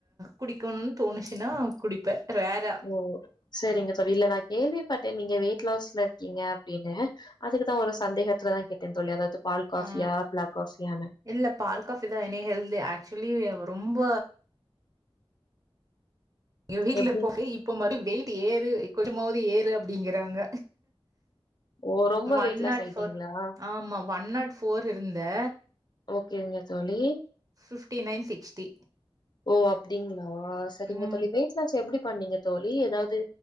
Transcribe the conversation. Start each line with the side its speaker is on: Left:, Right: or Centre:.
Right: குடிக்கணும்னு தோணுச்சுன்னா குடிப்பே ரேறா
Left: ஓ சரிங்க தோழி இல்ல நா கேள்விப்பட்டே நீங்க வெயிட் லாஸ்ல இருக்கீங்க அப்டின்னு அதுக்குதா ஒரு சந்தேகத்துலதா கேட்டேன் தோழி அதாவது பால் காஃபியா
Right: ஆ
Left: பிளாக் காஃபியானு
Right: இல்ல பால் காஃபி தா என்னைய ஹெல்தி ஆக்சுலி ரொம்ப எங்க வீட்ல
Left: எப்டி
Right: போய் இப்ப மாரி வெயிட் ஏறு கொஞ்சமாவது ஏறு அப்டிங்றாங்க
Left: ஓ ரொம்ப
Right: one
Left: weight loss
Right: not
Left: ஆயிட்டீங்களா
Right: four இருந்தே ஆமா ஒன் நாட் ஃபோர் இருந்தே
Left: ஓகேங்க தோழி
Right: ஃபிப்டி நைன் சிக்ஸ்டி
Left: ஓ அப்டிங்ளா சரிங்க
Right: ம்.
Left: தோழி வெயிட் லாஸ் எப்டி பண்ணீங்க தோழி ஏதாவது